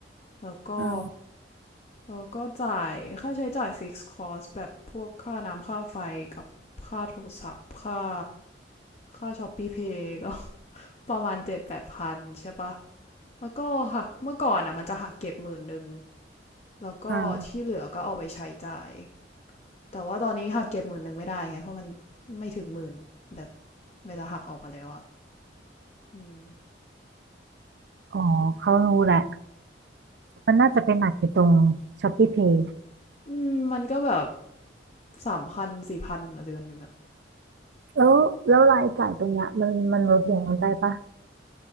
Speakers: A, on the left; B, on the right.
A: แล้วก็
B: อืม
A: แล้วก็จ่ายค่าใช้จ่ายฟิกซ์คอสแบบพวกค่าน้ำค่าไฟกับค่าโทรศัพท์ค่าค่าช้อปปี้เพย์ก็ <laughs> ประมาณ7-8พันใช่ปะ แล้วก็หักเมื่อก่อนอ่ะมันจะหักเก็บหมื่นหนึ่งแล้วก็ที่เหลือก็เอาไปใช้จ่าย
B: อืม
A: แต่ว่าตอนนี้หักเก็บหมื่นหนึ่งไม่ได้ไงเพราะมันไม่ถึงหมื่นแบบเวลาหักออกมาแล้วอ่ะอืม
B: อ๋อเขารู้แหละ มันน่าจะไปนหนักอยู่ตรง Shopee Pay
A: อืมมันก็แบบสามพันสี่พันเดือนหนึ่งอ่ะ
B: แล้วแล้วรายจ่ายตรงเนี้ยมันมันลดลงได้ปะ